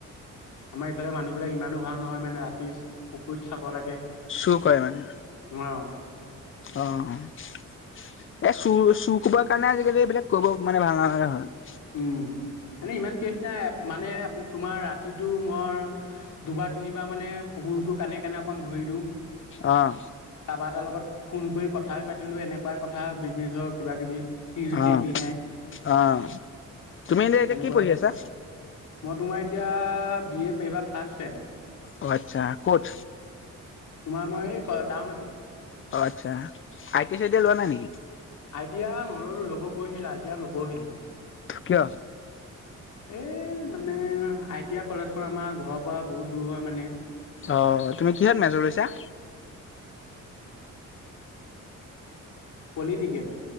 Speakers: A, on the left (about 75°); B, on the left (about 40°).
A: আমাৰ। তাৰে মানুহবিলাক ইমানো ভাল নহয়। মানে ৰাতি পুখুৰীত চাব লাগে।
B: চোৰ কৰে মানে।
A: অ'।
B: অ' এ! চুৰ- চুৰ কবৰ কাৰণে আজিকালি এইবিলাক কৰিব মানে ভাল নলগা হয়।
A: উ'ম মানে ইমান কেচ নাই মানে। তোমাৰ ৰাতিটো মই দুবাৰ, তিনিবাৰ মানে পুখুৰীতটো কানে কানে অকন ঘূৰি দিওঁ।
B: অ'হ।
A: কাৰবা এটাৰ লগত ফোন কৰি কথাই পাতিলো। এনেকুৱাই কথা বিজনেচৰ কিবা কিবি। কি হৈছে
B: অ',
A: কি নাই?
B: অ'। তুমি এতিয়া এতিয়া
A: সেনেকুৱা
B: কি পঢ়ি আছা?
A: মই তোমাৰ এতিয়া বি, এ এইবাৰ ফাৰ্ষ চেম।
B: অ' আচ্ছা ক'ত?
A: তোমাৰ মই এই টাউনতে।
B: অ' আচ্ছা আইটি, চাইটি লোৱা নাই নেকি?
A: আইডিয়া নললো ল'ব। কৰিছিলা আইটি আই নপঢ়িলো।
B: কিয়?
A: এ! মানে আই, টি, আই কলেজখন আমাৰ ঘৰৰ পৰা বহুত দূৰ হয় মানে।
B: অ'হ তুমি কিহত মেজৰ লৈছা?
A: পলিটিকেল।